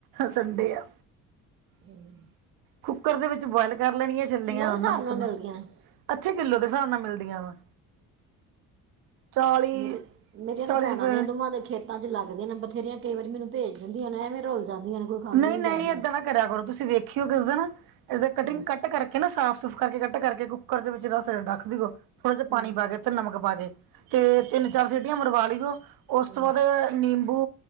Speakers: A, on the right; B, on the right.
A: ਸੰਡੇ ਆ
B: ਹਮ।
A: ਕੁੱਕਰ ਦੇ ਵਿੱਚ ਬੁਆਇਲ ਕਰ ਲੈਣੀਆਂ ਚੱਲੀਆਂ
B: ਦੇ
A: ਹੁਣ
B: ਹਿਸਾਬ
A: ਨਮਕ
B: ਨਾਲ
A: ਨੂੰ
B: ਮਿਲਦੀਆਂ
A: ਅੱਥੇ ਕਿੱਲੋ ਦੇ ਹਿਸਾਬ ਨਾਲ ਮਿਲਦੀਆਂ ਵਾ। ਚਾਲੀ
B: ਮੇਰੇ ਮੇਰੀਆਂ
A: ਚਾਲੀ
B: ਨੇ ਭੈਣਾਂ
A: ਰੁਪਏ
B: ਦੀਆਂ ਦਵਾਂ ਦੇ ਖੇਤ ਚ ਲੱਗਦੇ ਨੇ ਬਥੇਆਂ ਕਈ ਵਾਰੀ ਮੈਨੂੰ ਭੇਜ ਦਿੰਦੀ ਨੇ ਐਵੇਂ ਰੁਲ ਜਾਂਦੀਆਂ ਨੇ ਕੋਈ। ਖਾਂਦਾ
A: ਨਹੀਂ
B: ਹੀ
A: ਨ,
B: ਜੱਜ
A: ਹੀਂ
B: ਨਾਲ
A: ਏਦਾਂ ਦਾ ਕਰਿਆ ਕਰੋ ਤੁਸੀਂ ਵੇਖਿਓ ਕਿਸ ਦਿਨ। ਇਹਦੇ ਕਟਿੰਗ
B: ਹੂੰ
A: ਕੱਟ ਕਰਕੇ ਨਾ ਸਾਫ਼ ਸੁੂਫ਼ ਕਰਕੇ ਕੱਟ ਕਰਕੇ ਕੁੱਕਰ ਦੇ ਵਿੱਚ ਦੱਸ ਰੱਖ ਦਿੋ। ਥੋੜਾ ਜਿਹਾ ਪਾਣੀ
B: ਹੂੰ
A: ਪਾ ਕੇ ਤੇ ਨਮਕ ਪਾ ਕੇ ਤੇ
B: ਅੱਛਾ
A: ਤਿੰਨ ਚਾਰ ਸ ਸੀਟੀਆਂ ਮਰਵਾ ਲਈਿਓ ਉਸ
B: ਹੂੰ
A: ਤੋਂ ਬਾਅਦ ਨਿੰਬੂ